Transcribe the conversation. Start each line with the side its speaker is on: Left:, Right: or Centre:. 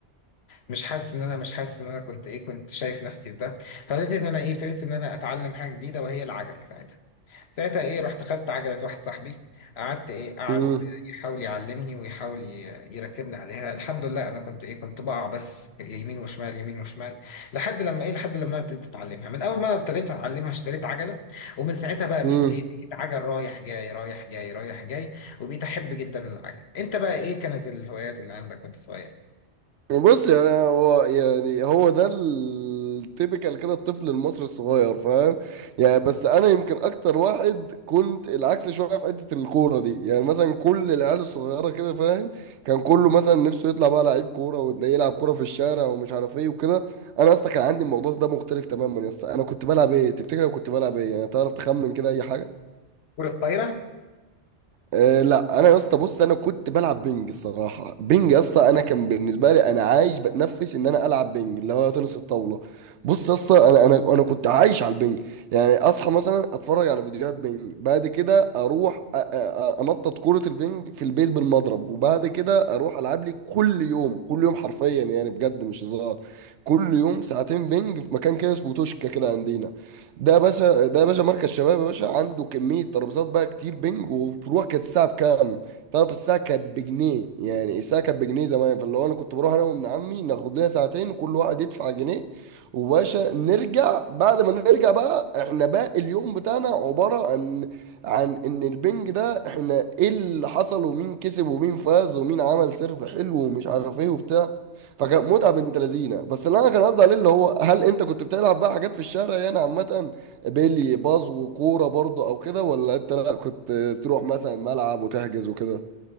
Left: مش حاسس ان انا مش حاسس ان انا كنت ايه كنت شايف نفسي في ده فابتديت ان انا ايه ابتديت ان انا اتعلم حاجه جديده وهي العجل ساعتها ساعتها ايه رحت خدت عجلة واحد صاحبي قعدت ايه قعد
Right: امم
Left: يحاول يعلمني ويحاول ي- يركبني عليها الحمد لله انا كنت ايه كنت بقع بس يمين وشمال يمين وشمال لحد لما ايه لحد لما أنا ابتديت اتعلمها من اول ما أنا ابتديت اتعلمها اشتريت عجلة ومن ساعتها بقى بقيت
Right: امم
Left: ايه بقيت عجل رايح جاي رايح جاي رايح جاي وبقيت احب جدا العجل انت بقى ايه كانت الهوايات اللي عندك وانت صغير
Right: بص يعني هو يعني هو ده التيبيكال كده الطفل المصري الصغير فاهم يعني بس انا يمكن اكتر واحد كنت العكس شويه في حته الكوره دي يعني مثلا كل العيال الصغيره كده فاهم كان كله مثلا نفسه يطلع بقى لعيب كوره وتلاقيه يلعب كوره في الشارع ومش عارف ايه وكده انا اصلا كان عندي الموضوع ده مختلف تماما يا اسطى انا كنت بلعب ايه تفتكر أنا كنت بلعب ايه يعني تعرف تخمن كده اي حاجه
Left: كرة طايرة
Right: أه لا انا يا اسطى بص انا كنت بلعب بينج الصراحه بينج يا اسطى انا كان بالنسبه لي انا عايش بتنفس ان انا العب بينج اللي هو تنس الطاوله بص يا اسطى انا انا انا كنت عايش على البينج يعني اصحى مثلا اتفرج على فيديوهات بينج بعد كده اروح أ- أ- أ- انطط كره البينج في البيت بالمضرب وبعد كده اروح العب لي كل يوم كل يوم حرفيا يعني بجد مش هزار كل يوم ساعتين بينج في مكان كده اسمه توشكا كده عندنا ده يا باشا ده يا باشا مركز شباب يا باشا عنده كمية ترابيزات بقى كتير بنج وبتروح كانت الساعة بكام؟ تعرف الساعة كانت بجنيه يعني الساعة كانت بجنيه زمان فاللي هو أنا كنت بروح أنا وابن عمي ناخد لنا ساعتين كل واحد يدفع جنيه وباشا نرجع بعد ما نرجع بقى احنا باقي اليوم بتاعنا عبارة عن عن إن البنج ده احنا إيه اللي حصل ومين كسب ومين فاز ومين عمل سيرف حلو ومش عارف إيه وبتاع فكان متعه بنت لذينه بس اللي انا كان قصدي عليه اللي هو هل انت كنت بتلعب بقى حاجات في الشارع يعني عامه بيلي باز وكوره برضو او كده ولا انت لا كنت تروح مثلا ملعب وتحجز وكده